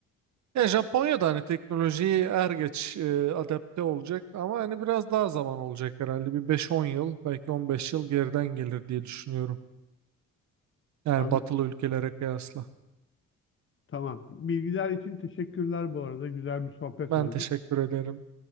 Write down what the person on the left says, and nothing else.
Anladım.
Tamam. Bilgiler için teşekkürler bu arada. Güzel bir sohbet
oldu.